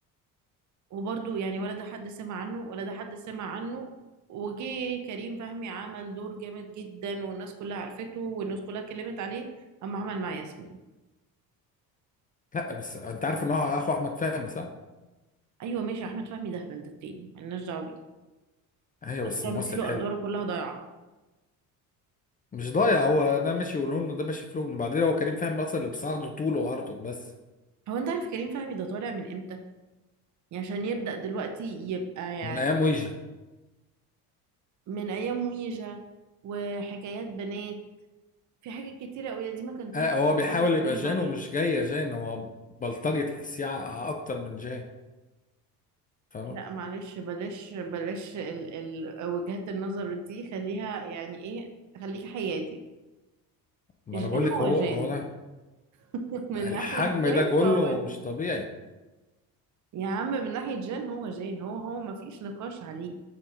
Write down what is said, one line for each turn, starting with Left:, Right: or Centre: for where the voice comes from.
Right: وبرضه يعني ولا ده حد سمع عنه ولا ده حد سمع عنه وجي كريم فهمي عمل دور جامد جدا والناس كلها عرفته والناس كلها اتكلمت عليه اما عمل مع ياسمين
Left: لا بس انت عارف ان هو اخو احمد فهمي صح؟
Right: ايوه ماشي احمد فهمي ده هبل ده التاني ملناش دعوه بيه
Left: ايوه بس
Right: تمثيله
Left: ممثل حلو
Right: ادواره كلها ضايعه
Left: مش ضايع هو ده ماشي ولونه وده ماشي في لونه وبعدين هو كريم فهمي اصلا اللي بيساعده طوله وعرضه بس
Right: هو انت عارف كريم فهمي ده طالع من امتى يعني عشان يبدأ دلوقتي يبقى يعني
Left: من ايام ويجا
Right: من أيام ويجا وحكايات بنات في حاجات كتيرة أوي دي ما كان طالع
Left: آه،
Right: فيها
Left: هو بيحاول
Right: محدش يتكلم
Left: يبقى جان
Right: عليه
Left: ومش جاي جان هو بلطجي تحسيه ع- اكتر من جان فاهمه؟
Right: لا معلش بلاش بلاش ال ال وجهات النظر دي خليها يعني إيه خليك حيادي
Left: ما
Right: جان
Left: انا بقول لك
Right: هو
Left: هو
Right: جان
Left: هو ده
Right: <laughs> من
Left: الحجم
Right: ناحية جان
Left: ده كله
Right: فهو جان.
Left: مش طبيعي
Right: يا عم من ناحية جان هو جان هو هو ما فيش نقاش عليه